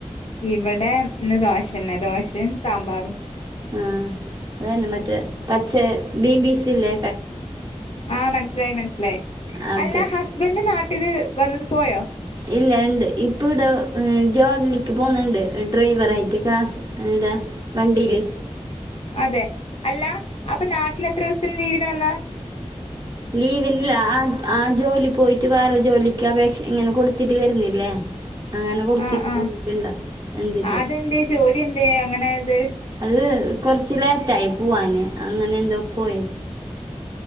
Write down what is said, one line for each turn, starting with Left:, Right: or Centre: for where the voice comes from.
Left: ഇവടെ ഇന്ന് ദോശന്നെ ദോശെം സാമ്പാറും.
Right: ആഹ അതന്നെ മറ്റേ പച്ച ബീംബീസ് ല്ലേ
Left: ആഹ മനസ്സിലായി മനസ്സിലായി.
Right: അത്
Left: അല്ല ഹസ്ബൻഡ് നാട്ടില് വന്നത് പോയോ?
Right: ഇല്ല ഇണ്ട് ഇപ്പ ഇടെ ജോലിക്ക് പോകുന്നുണ്ട്. ഡ്രൈവറായിട്ട് കാസ് ഇടെ വണ്ടില്
Left: അതെ അല്ല അപ്പം നാട്ടില് എത്ര സത്തിന് ലീവിന് വന്നാ
Right: ലീവിന് ല്ല അഹ ആ ജോലി പോയിട്ട് വേറെ ജോലിയ്ക്ക് അപേക്ഷ ഇങ്ങനെ കൊടുത്തിട്ട് വരുന്നില്ലേ. അങ്ങനെ കൊടുത്തിട്ടില്ല
Left: ആഹ് ആഹ്
Right: എന്തിൻ്റെ
Left: അതെന്തേ ജോലി എന്തേ അങ്ങനായത്
Right: അത് കൊറച്ച് ലേറ്റായി പോവാന് അങ്ങനെ എന്തോ പോയെ